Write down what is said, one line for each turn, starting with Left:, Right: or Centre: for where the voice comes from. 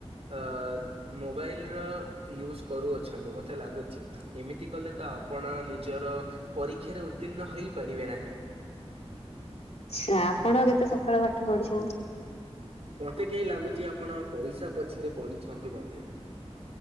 Right: ଅ ମୋବାଇଲ ର ୟୁଜ କରୁଅଛନ୍ତି ମତେ ଲାଗୁଛି। ଏମିତି କଲେ ତ ଆପଣ ନିଜର ପରୀକ୍ଷାରେ ଉତ୍ତୀର୍ଣ୍ଣ ହେଇପାରିବେ ନାହିଁ।
Left: ଆଛା ଆପଣ କେତେ ସକାଳୁ ପାଠ ପଢିଛନ୍ତି।
Right: ମୋତେ କେହି ଲାଗୁଛି ଆପଣ ପଇସା ପଛରେ ପଡିଛନ୍ତି ବୋଧେ।